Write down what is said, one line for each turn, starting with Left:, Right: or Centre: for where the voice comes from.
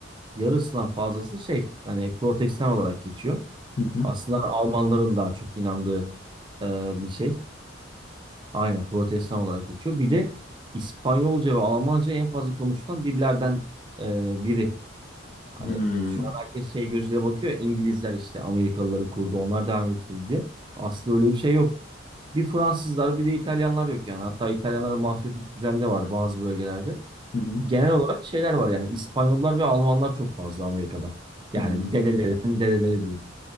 Right: yarısından fazlası şey hani protestan olarak geçiyor.
Left: Hı hı.
Right: Aslında Almanların daha çok inandığı e, bir şey. Aynen protestan olarak geçiyor. Bir de İspanyolca ve Almanca en fazla konuşulan dillerden e, biri. Hani
Left: Hmm.
Right: şu an herkes şey gözüyle bakıyor. İngilizler işte Amerikalıları kurdu onlar devam ettirdi diye. Aslında öyle bir şey yok. Bir Fransızlar bir de İtalyanlar yok yani. Hatta İtalyanlara mafyatik düzen de var bazı bölgelerde.
Left: Hı hı.
Right: Genel olarak şeyler var yani İspanyollar ve Almanlar çok fazla Amerika'da. Yani
Left: Hmm.
Right: dedelerinin dedeleri diyeyim.